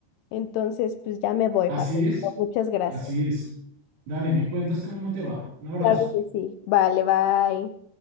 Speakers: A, on the left; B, on the right.
A: Entonces, pues ya me voy,
B: Así
A: Fabio.
B: es,
A: Muchas gracias.
B: así es. Dale, me cuentas cómo te va. Un abrazo.
A: Claro que sí. Vale, bye.